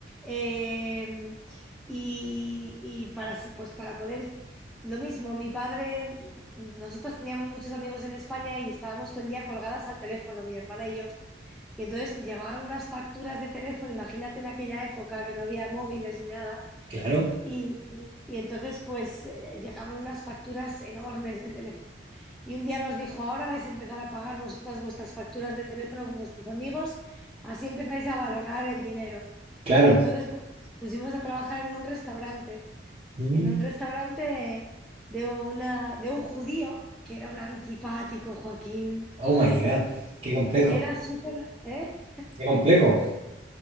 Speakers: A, in the centre; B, on the right.
A: eh, y, y para, pues para poder, lo mismo, mi padre, nosotros teníamos muchos amigos en España y estábamos todo el día colgadas al teléfono, mi hermana y yo. Y entonces llegaban unas facturas de teléfono, imagínate en aquella época que no había móviles ni nada
B: Claro,
A: y, y entonces, pues, eh, llegaban unas facturas enormes de teléfono. Y un día nos dijo, ahora vais a empezar a pagar vosotras vuestras facturas de teléfono con vuestros amigos, así empezáis a valorar el dinero.
B: claro.
A: Y entonces pues, pusimos a trabajar en un restaurante,
B: Mm,
A: en un restaurante de, una, de un judío, que era un antipático, Joaquín.
B: Oh my God, qué complejo,
A: Era súper, ¿eh?
B: qué complejo.